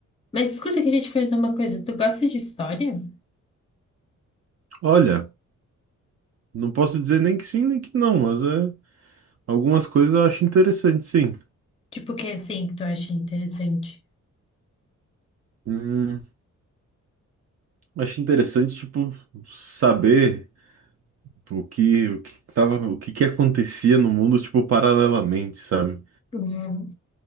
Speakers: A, on the left; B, on the right.
A: Mas escuta, eu queria te perguntar uma coisa. Tu gosta de história?
B: Olha, não posso dizer nem que sim, nem que não, mas é, algumas coisas eu acho interessante, sim.
A: Tipo, o que é assim que tu acha interessante?
B: Hum, acho interessante, tipo, saber o que, o que tava, o que que acontecia no mundo, tipo, paralelamente, sabe?
A: Uhum.